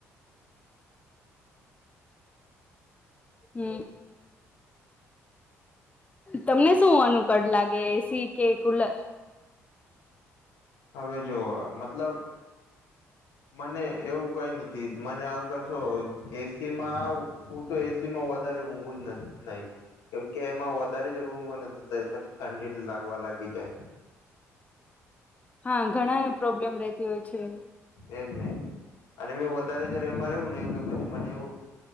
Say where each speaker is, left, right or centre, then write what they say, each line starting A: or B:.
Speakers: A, on the left; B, on the left.
A: હમ્મ. તમને શું અનુકળ લાગે એસી કે કુલર.
B: હવે જોવ મતલબ. મને એવું કઈ નથી મને અગર શું એ સી માં હું તો એ સી માં વધારે ઊંઘું જ ન નહી કેમકે એમાં વ વધારે જ <unintelligible> નથી થઈ પછી ઠંડી લાગવા લાગી જાય.
A: હા ઘણાને પ્રોબ્લેમ રહેતી હોય છે.
B: એજ નહી, અને મે વધારે જારે એમાં રહેવું ને કે પછી મને એવું,